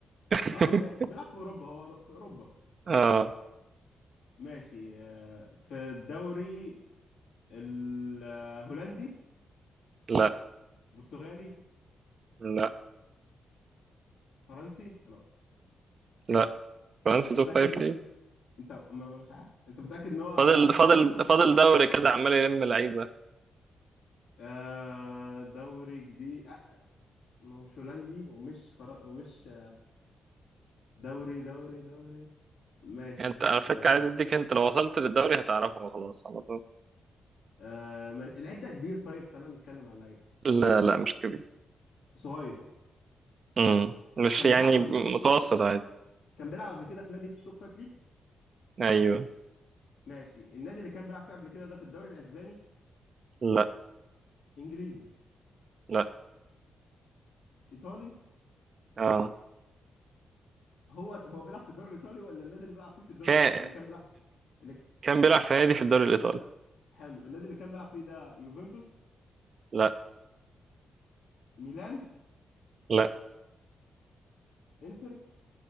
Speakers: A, on the right (about 35°); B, on the left (about 85°).
A: <laughs>
B: اه ماشي بيلعب في أوروبا هو أورو- في أوروبا
A: اه
B: ماشي آه في الدوري الهولندي
A: لا
B: برتغالي
A: لا
B: فرنسي انا
A: لا فرنسي
B: انت
A: توب
B: متأكد
A: فايف
B: ان
A: ليه
B: انت أما انا مش عارف انت متأكد ان هو
A: فاضل فاضل
B: توب فايف ليج؟
A: فاضل دوري كده عمال يلم لعيبه
B: آه دوري جديد آه ما هو مش هولندي ومش فر... ومش دوري دوري دوري ماشي
A: يعني انت على فكره
B: آه
A: عايز اديك انت لو وصلت للدوري هتعرفه خلاص على طول
B: آه ما... العيب ده كبير طيب خلينا نتكلم على اللعيب
A: لا لا مش كبير
B: صغير
A: امم مش
B: كان
A: يعني
B: بيلعب قبل
A: متوسط عادي
B: كان بيلعب قبل كده في نادي في التوب فايف ليجز
A: ايوه
B: ماشي النادي اللي كان بيلعب فيه قبل كده ده في الدوري الاسباني
A: لا
B: انجليزي
A: لا
B: ايطالي
A: اه
B: هو هو بيلعب في الدوري الايطالي ولا النادي اللي بيلعب فيه في الدوري
A: كان
B: اللي كان بيلعب اللي... ك-
A: كان بيلعب في نادي في الدوري الايطالي
B: حلو النادي اللي كان بيلعب فيه ده يوفنتوس
A: لا
B: ميلان
A: لا
B: انتر